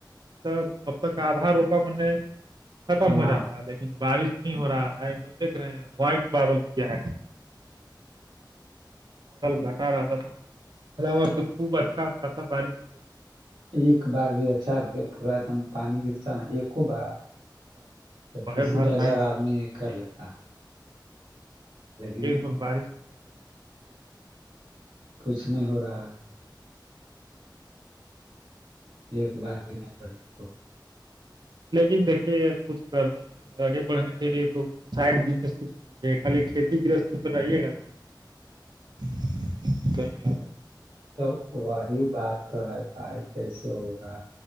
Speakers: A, on the right; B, on the right.
A: تب اب تک آدھا روپا میں نے ختم
B: سماپت
A: ہو جاتا ہے لیکن بارش میں <unintelligible> نہیں ہو رہا ہے ہم دیکھ رہے ہیں وائٹ بادل کیا ہے <unintelligible> گھٹار رس تھا <unintelligible> تو خوب اچھا خاصا بارش <unintelligible>
B: ایک بار بھی اچھا پورا ایک دم پانی گرتا نا ایکو بار
A: ہاں وہ
B: کسی
A: ہے بھر
B: بغیر
A: لائن
B: آدمی کر لیتا <unintelligible> لیکن
A: ایک بار بارش ہو جاتا ہے نا
B: کچھ نہیں ہو رہا ایک بار بھی نہیں پڑیںے
A: لیکن دیکھیے کچھ کرنا آگے بڑھنے کے لیے تو سائڈ بس کچ خالی کھیتی گرہستی تو رہے گا نا تو نہیں ہوتا ہے
B: تو وہی بات تو ہے بھائی کیسے تو ہوگا